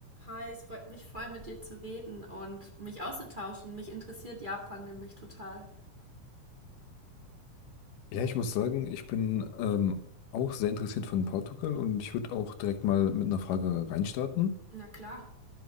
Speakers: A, on the right; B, on the left.
A: Hi, es freut mich voll, mit dir zu reden und mich auszutauschen. Mich interessiert Japan nämlich total.
B: Ja, ich muss sagen, ich bin ähm, auch sehr interessiert von Portugal und ich würde auch direkt mal mit einer Frage reinstarten.
A: Na klar.